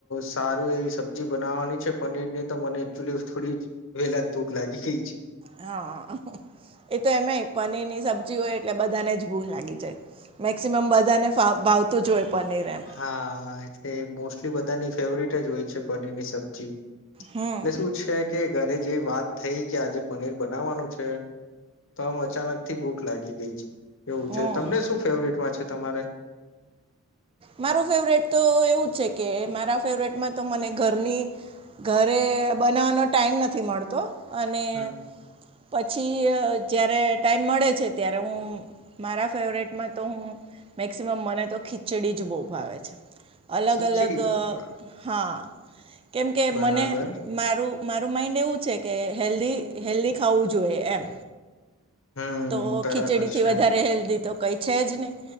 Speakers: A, on the left (about 60°); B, on the right (about 25°).
A: સારું એવી સબ્જી બનાવવાની છે. પનીરની તો, મને એકચુલી થોડી વહેલા જ ભૂખ લાગી ગઈ છે.
B: હા, એ તો એમે ય પનીર ની સબ્જી હોય, એટલે બધાને જ ભૂખ લાગે. મેક્સિમમ બધાને ફા ભાવતું જ હોય પનીર. એમ
A: હા, આઆ એટલે મોસ્ટલી બધાની ફેવરિટ જ હોય છે, પનીરની સબ્જી.
B: હમ
A: ને શું છે? કે ઘરે જેવી વાત થઈ કે આજે પનીર બનાવવાનું છે. તો આમ અચાનક થી ભૂખ લાગી ગઈ છે. એવું
B: હમ
A: છે. તમને શું ફેવરિટમાં છે.? તમારે?
B: માર ફેવરરટ તો એવું છે કે, મારા ફેવરીટમાં તો મને ઘરની ઘરે બનાવવાનો ટાઈમ નથી મળતો, અને
A: હમ
B: પછી અ જ્યારે ટાઈમ મળે છે, ત્યારે હું મારા ફેવરીટમાં તો હું મેક્સિમમ મને તો ખીચડી જ બહુ ભાવે છે. અલગ
A: ખીચડી
B: અલગ
A: બહુ ભાવે
B: હા, કેમકે, મને
A: બરાબર
B: મારું! મારું માઇન્ડ એવું છે કે, હેલ્ધી હેલ્ધી ખાવું જોઈએ એમ.
A: હમ
B: તો
A: બરાબર
B: ખીચડી થી
A: છે
B: વધારે હેલ્ધી તો કઈ છે જ નહી.